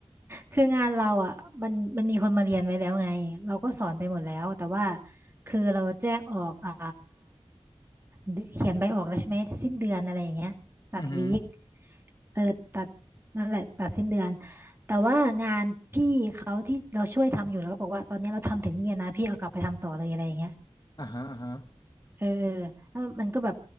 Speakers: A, on the right (about 20°); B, on the left (about 40°).
A: คืองานเราอ่ะมันมันมีคนมาเรียนไว้แล้วไงเราก็สอนไปหมดแล้วแต่ว่าคือเราแจ้งออกอ่า เดเขียนใบออกแล้วใช่ไหมสิ้นเดือนอะไรอย่างเงี้ยตัดวีค
B: อือหือ
A: เออตัดนั่นแหละตัดสิ้นเดือนแต่ว่างานพี่เขาที่เราช่วยทำอยู่แล้วก็บอกว่าตอนนี้เราทำถึงนี่แล้วนะพี่เอากลับไปทำต่อเลยอะไรอย่างเงี้ย
B: อ่าฮะอ่าฮะ
A: เออแล้วมันก็แบบ